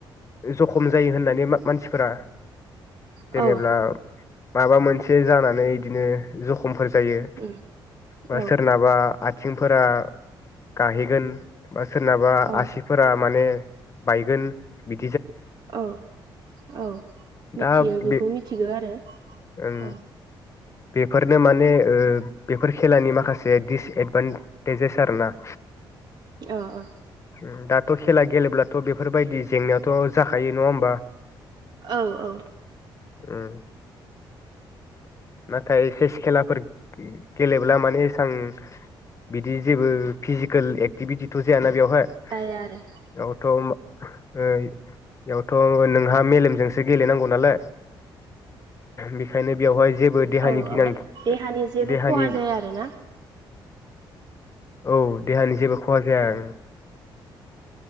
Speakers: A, on the left; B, on the right.
A: जखम जायो होननानै मा मानसिफोरा
B: औ
A: जेनेब्ला माबा मोनसे जानानै इदिनो ज खमफोर जायो
B: उम
A: बा
B: औ
A: सोरनाबा आं आथिंफोरा गाहेगोन सोरनाबा
B: अ
A: आसिफोरा माने बायगोन बि
B: औ औ मिथियो
A: दा
B: बेखौ
A: बे
B: मिथिगौ आरो
A: ओं
B: औ
A: बेफोरनो माने‌ ओ बेफोर खेलानि माखासे दिसएदभान्टेजेस आरो ना
B: ओ ओ
A: उम दाथ' खेला गेलेब्लाथ' बेफोरबायदि जेंनायाव थ' जाखायो नङा होमबा
B: औ औ
A: उम नाथाय सेस खेलाफोर गेलेब्ला माने एसां बिदि जेबो फिजिकेल एक्टिभिटिथ' जायाना बेयाव एयाव
B: जाया आरो
A: थ' ओ बेयावथ' नोंहा मेलेमजोंसो गेलेनांगौ नालाय बिखायनो बेयावहाय जेबो देहानि
B: औ
A: गिनां
B: औ देहानि जेबो
A: देहानि
B: खहा जाया आरो ना
A: औ देहानि जेबो खहा जाया ओं